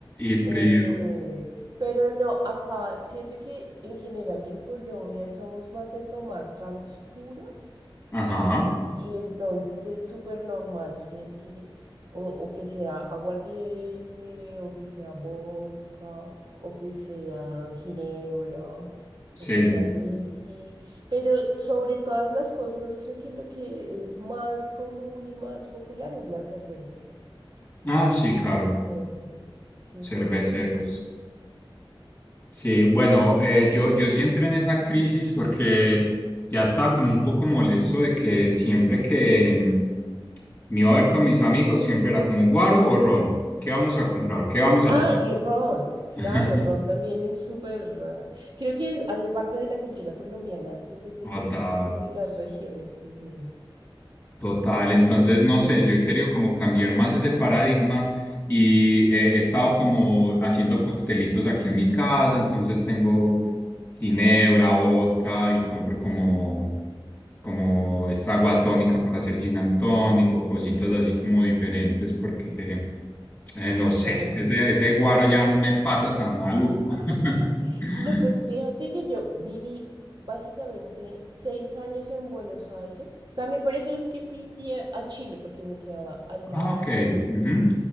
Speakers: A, on the left; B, on the right.
A: Y frío.
B: eh, pero no, acá siento que en general en Colombia somos más de tomar tragos puros.
A: Ajá.
B: Y entonces es súper normal que, que- o, o que sea aguardiente, o que sea vodka, o que sea ginebra,
A: Sí.
B: o que sea whisky. Pero sobre todas las cosas, creo que lo que es más común y más popular es la cerveza, ¿no?
A: Ah, sí, claro.
B: Siempre, siempre
A: Cerveceros.
B: la cerveza.
A: Sí, bueno, eh, yo, yo sí entré en esa crisis porque ya estaba como un poco molesto de que siempre que mm, me iba a ver con mis amigos, siempre era como guaro o ron. ¿Qué vamos a comprar? ¿Qué vamos a
B: Ah,
A: tomar?
B: y Ron, claro,
A: <laughs>
B: Ron también es súper... eh, Creo que hace parte de la cultura colombiana, independientemente
A: Total.
B: de la región, estoy viendo.
A: Total, entonces no sé, yo he querido como cambiar más ese paradigma y eh, he estado como haciendo coctelitos aquí en mi casa, entonces tengo ginebra, vodka y compro como, como esta agua tónica para hacer gin and tonic o cositas así como diferentes porque eh, no
B: Total.
A: sé, es que ese, ese guaro ya me pasa tan maluco.
B: <laughs>
A: <laughs>
B: No, pues fíjate que yo viví básicamente seis años en Buenos Aires. También por eso es que fui a a Chile, porque me quedaba al lado.
A: Ah, Ok, ujú,